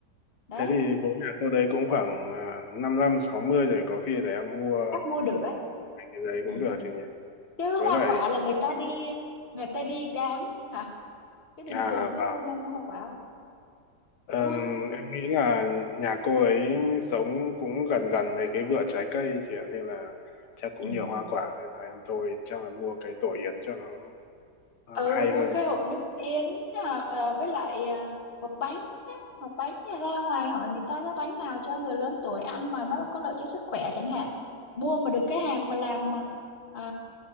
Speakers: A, on the left; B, on the left.
A: đấy
B: thế thì bố mẹ cô đấy cũng khoảng à, năm năm sáu mươi rồi có khi để em mua
A: chắc mua được á
B: cái đấy cũng
A: ừ.
B: được chị nhỉ.
A: chứ
B: Với
A: hoa
B: lại
A: quả là người ta đi người ta đi đám hả chứ bình
B: à
A: thường có
B: và
A: mua nên mua hoa quả không
B: Ờ,
A: đúng không
B: em nghĩ là nhà cô ấy sống cũng gần gần mấy cái vựa trái cây chị ạ nên là chắc cũng
A: ừ
B: nhiều hoa quả nên là em tôi chắc là mua cái tổ yến cho nó ờ,
A: ừ
B: hay
A: mua
B: hơn
A: cái hộp nước yến hoặc ờ, với lại ờ, hộp bánh á. hộp bánh thì ra ngoài hỏi người ta cái bánh nào cho người lớn tuổi ăn mà nó có lợi cho sức khỏe chẳng hạn mua mà được cái hàng mà làm mà ờ,